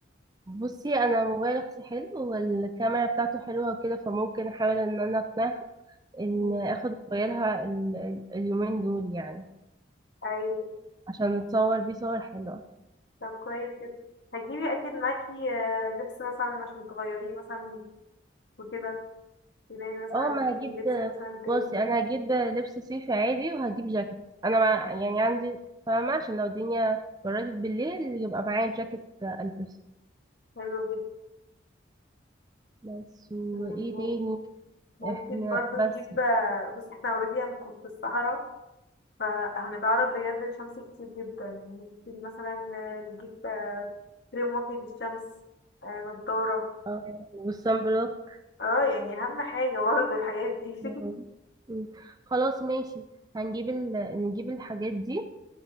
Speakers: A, on the right; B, on the left.
A: بصي انا موبايل اختي حلو والكاميرا بتاعته حلوه وكده فممكن احاول ان انا اقنعها ان
B: مم.
A: اخد موبايلها ال- ال- اليومين دول يعني
B: ايوه
A: عشان نتصور بيه صور حلوه
B: طب كويس جدا هتجيبي اكيد معاكي آه، لبس مثلا عشان تغيريه مثلا وكده تلاقي مثلا
A: اه ما
B: دي
A: هجيب
B: لبس مثلا تاني
A: بصي انا هجيب لبس صيفي عادي وهجيب جاكيت انا مع يعني عندي فاهمه عشان لو الدنيا بردت بالليل يبقى معايا جاكيت البسه
B: حلو جدا
A: بس
B: مم.
A: وايه تاني
B: ممكن
A: احنا
B: برضو
A: بس
B: نجيب آه، بصي احنا اوريدي هنكون في الصحراء فهنتعرض بجد للشمس كتير جدا ممكن مثلا نجيب آه، كريم واقي للشمس آه، نضارة
A: اه والصن بلوك
B: اه يعني أهم حاجة برضه الحاجات دي <laughs>
A: مم. مم. خلاص ماشي هنجيب ال... نجيب الحاجات دي